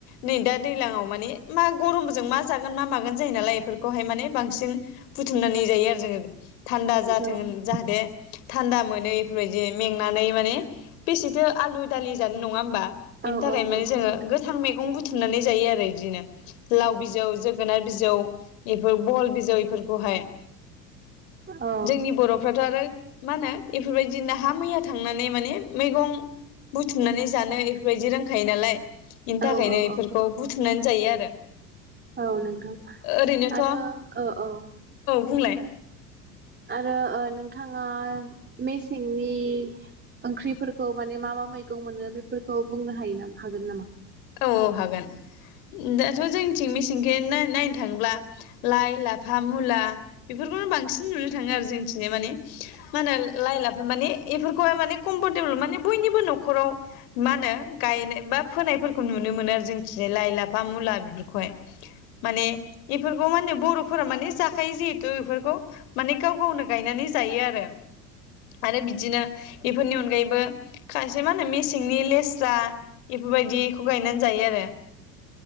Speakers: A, on the left (about 55°); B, on the right (about 20°).
A: नै दा दैलाङाव माने मा गरमजों मा जागोन मा मागोन। जायो नालाय इफोरखौहाय माने बांसिन बुथुमनानै जायो आरो जोङो थान्दा जाथों
B: औ
A: ओन
B: औ
A: जाहाथे थान्दा मोन <unintelligible> इफोरबायदि मेंनानै माने बेसेथो आलु दालि जानो नङा होमबा? बिनि
B: औ
A: थाखाय
B: औ
A: माने
B: नंगौ
A: जोङो
B: नोंथां
A: गोथां मैगं बुथुमनानै जायो आरो इदिनो लाव बिजौ जोगोनार बिजौ। एफोर बहल बिजौ एफोरखौहाय
B: औ
A: जोंनि बर'फ्राथ आरो मा होनो इफोरबायदि नाहा मैया थांनानै माने मैगं बुथुमनानै जानो इफोरबायदि रोंखायो नालाय। इनि थाखायनो
B: औ औ
A: इफोरखौ
B: औ
A: बुथुमनानै जायो आरो।
B: औ नोंथां
A: ओरैनोथ'
B: आरो
A: औ
B: ओ औ।
A: बुंलाय
B: आरो ओ नोंथाङा मेसेंनि ओंख्रिफोरखौ माने मा मा मैगं मोनो बेफोरखौ बुंनो हायो नामा हागोन नामा।
A: औ हागोन दाथ जोंथिं मेसें <unintelligible> नायनो थाङोब्ला लाइ लाफा मुला बेफोरखौनो बांसिन नुनो थाङो आरो जोंनिथिं माने मा होनो लाइ लाफा माने इफोरखौहाय माने कमफरटेबोल माने बयनिबो नखराव मा होनो गायनाय बा फोनायफोर खौ नुनो मोनो आरो जोंखि लाइ लाफा मुला बेफोरखौहाय माने इफोरखौ माने बर'फोरा माने जाखायो जिहेथु इफोरखौ माने गाव गावनो गायनानै जायो आरो आरो बिदिनो इफोरनि अनगायैबो खायसे मा होनो मेसेंनि लेस्रा इफोरबायदि खौ गायनानै जायो आरो